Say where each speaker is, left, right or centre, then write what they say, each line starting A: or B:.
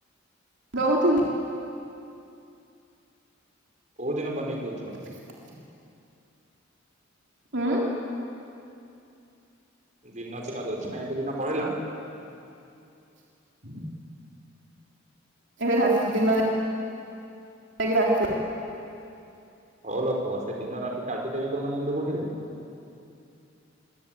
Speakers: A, on the right; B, on the right.
A: ଦଉଥିଲି।
B: କୋଉ ଦିନ ବନେଇକି ଦଉଥିଲ।
A: <inaudible> ଉଁ
B: ଦିନ ଥିଲା ଦଉଥିଲ ଏବେ ଦିନ ପଳେଇଲା।
A: <inaudible> ଏବେ ରାତି ଦିନ ଯାଇକି ରାତି
B: ହଉ ଲୋ ପୁଅ ସେ ଦିନ ରାତି କାଟିଦେବି କୋଉ ଦିନ ମୁଣ୍ଡକୁ ଉଠିଲେ।